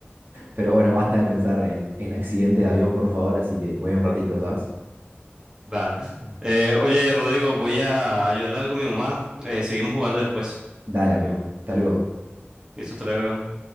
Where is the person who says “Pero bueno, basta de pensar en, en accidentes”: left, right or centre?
Right